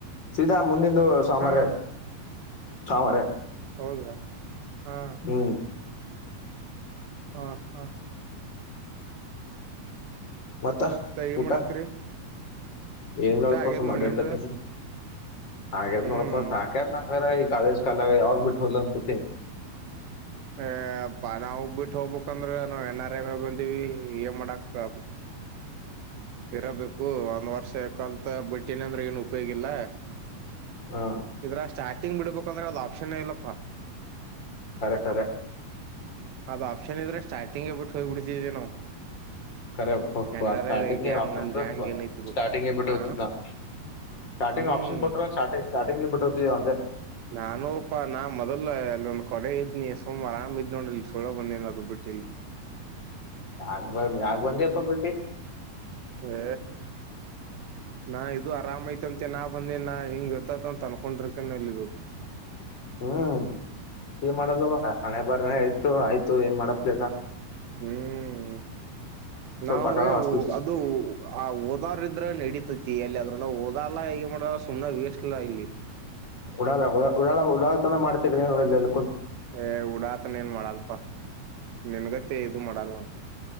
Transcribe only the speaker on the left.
ಸೀದಾ ಮುಂದಂದು ಸೋಮಾರ
ಸೋಮಾರ
ಹ್ಮ್
ಮತ್ತ
ಊಟ
ಏನ್ ಏನಿಲ್ಲಪ್ಪ
ಸುಮ್ಮನೆ
ಅಡಾಡಕ್
ಹತ್ತೀನಿ ಹಾಗ್ಯದ್
ನೋಡಪ್ಪ ಸಾಕ್ಯತ್ ನಂಗರ ಈ ಕಾಲೇಜ್ ಕಾಲಾಗ ಯಾವಾಗ್ ಬಿಟ್ಟು ಹೋಲ್ ಅಂತ ಕೂತಿನಿ
ಹಾ
ಖರೆ ಖರೆ
ರೆ
ಸ್ಟಾರ್ಟಿಂಗ್
ಆಪ್ಷನ್ಸ್
ಸ್ಟಾರ್ಟಿಂಗ್ ಇ ಬಿಟ್ಟತ
ನ ಸ್ಟಾರ್ಟಿಂಗ್
ಆಪ್ನ್ ಕೊಟ್ಟ ಸ್ಟಿ ಸ್ಟಾರ್ಟಿಂಗ್ ಬಿಟ್ಟವಿ ಅಲೆ
ಯಾಕ್ ಬಂದೆಪ್ಪ ಬಟಿ
ಹ್ಮ್ ಮಾಡದು ಹಣೆ ಬಾರ ಆಯ್ತು ಆಯ್ತು ಏನ್ ಮಾಡಪ್ಲಿಲ್ಲ
ಸೊ
ತಗಳ ಹಾಸ್ಟೆಲ್
ಉಡಾಳ ಉಡಳ ಉಡಾಳತನ ಮಾಡ್ತರಿ ನೀವೆಲ್ಲ